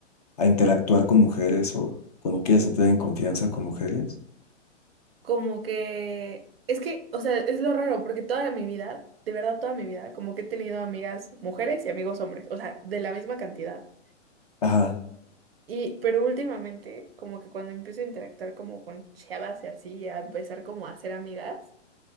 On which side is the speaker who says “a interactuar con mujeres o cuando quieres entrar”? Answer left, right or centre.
Left